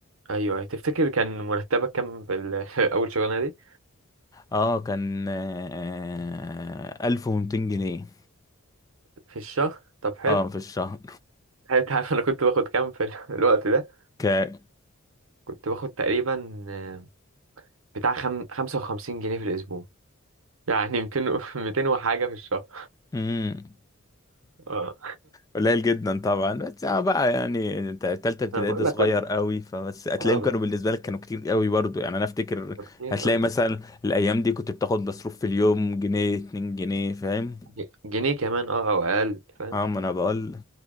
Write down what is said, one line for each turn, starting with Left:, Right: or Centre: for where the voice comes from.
Right: ايوه تفتكر كان مرتبك كام في ال- <laughs> في اول شغلانه دي
Left: اه كان آه ألف ومتين جنيه
Right: في الشهر طب حلو
Left: اه في الشهر
Right: حلو انت عارف انا كنت باخد كام في ال- <laughs> الوقت ده
Left: ك
Right: كنت باخد تقريبا آه، بتاع خم... 55 جنيه في الاسبوع <laughs> يعني 200 و- <laughs> 200 وحاجه في الشهر
Left: مم.
Right: اه
Left: قليل جدا طبعا بس اه بقى يعني انت تالتة
Right: <laughs>
Left: ابتدائي
Right: انا بقول
Left: ده صغير
Right: لك كنت
Left: قوي فبس هتلاقيهم
Right: اه بالظبط
Left: كانوا بالنسبة لك كانوا كتير قوي برضو يعني انا افتكر
Right: كتير
Left: هتلاقي
Right: اه
Left: مثلا الايام دي كنت بتاخد مصروف في اليوم جنيه اتنين جنيه فاهم
Right: ج- جنيه كمان اه او اقل فاهم
Left: اه ما انا بقول